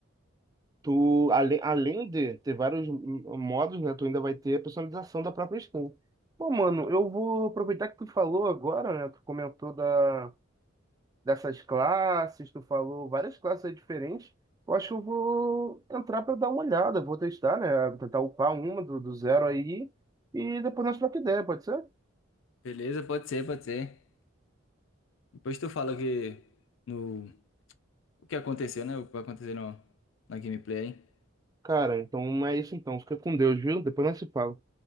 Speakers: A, on the right (about 20°); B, on the left (about 75°).
A: tu, além, além de ter vários hum, modos, né? Tu ainda vai ter a personalização da própria skin. Pô, mano, eu vou aproveitar que tu falou agora, né? Tu comentou da. dessas classes, tu falou várias classes aí diferentes. Eu acho que eu vou entrar para dar uma olhada, vou testar, né? Tentar upar uma do, do zero aí e depois nós troca ideia, pode ser?
B: Beleza, pode ser, pode ser. Depois tu fala que no, o que aconteceu, né? O que vai acontecer no, na gameplay. hein?
A: Cara, então é isso então. Fica com Deus, viu? Depois nós se fala.